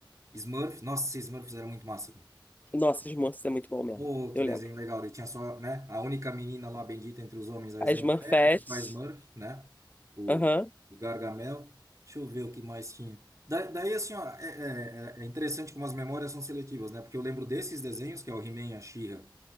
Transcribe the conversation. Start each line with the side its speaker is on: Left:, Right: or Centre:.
Right: Smurfs. Nossa, esses Smurfs era muito massa, cara.
Left: Nossa, os moços é muito bom mesmo.
Right: Oh, que
Left: Eu
Right: desenho
Left: lembro.
Right: legal. Daí tinha só, né? A única menina lá bendita entre os homens, a
Left: As
Right: Smurfette,
Left: Smurfette.
Right: o papai Smurf, né? O
Left: Aham.
Right: o Gargamel. Deixa eu ver o que mais tinha. Da, daí, assim, ó, é, é, é interessante como as memórias são seletivas, né? Porque eu lembro desses desenhos, que é o He-Man, a She-Ra